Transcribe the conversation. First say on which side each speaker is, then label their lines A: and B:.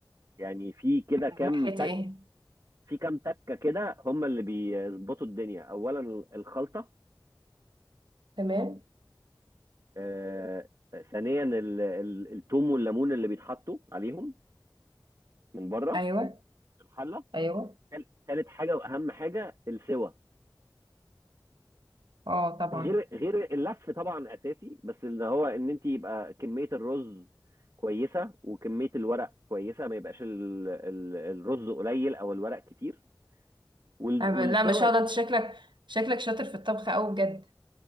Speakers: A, on the right; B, on the right.
A: يعني في كده
B: من
A: كام
B: ناحية
A: تك
B: ايه
A: في كام تكه كده هم اللي بيظبطوا الدنيا اولا ال- الخلطه
B: تمام
A: آه... ثانيا ال... ال... التوم والليمون اللي بيتحطوا عليهم من بره
B: ايوه
A: الحله
B: ايوه
A: ثالث حاجه واهم حاجه السوى
B: اه طبعا
A: غير غير اللف طبعا اساسي بس اللي هو ان انت يبقى كميه الرز كويسه وكميه الورق كويسه ما يبقاش ال... ال... الرز قليل او الورق كتير وال...
B: أنا
A: والسوى
B: ب- لا ما شاء الله انت شكلك شكلك شاطر في الطبخ قوي بجد